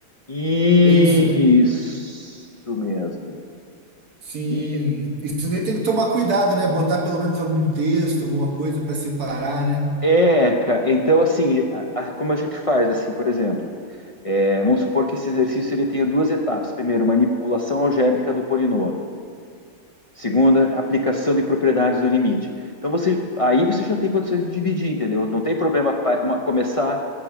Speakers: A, on the left (about 40°); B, on the right (about 80°).
A: Isso
B: É isso, né?
A: mesmo.
B: Sim.
A: E
B: Isso daí tem que tomar cuidado, né? Botar pelo menos algum texto, alguma coisa para separar, né?
A: é, ca- então assim, a- a- como a gente faz assim, por exemplo, é, vamos supor que esse exercício ele tenha duas etapas. Primeiro, manipulação algébrica do polinômio. Segunda, aplicação de propriedades do limite. Então você, aí você já tem condições de dividir, entendeu? Não tem problema pa- uma- começar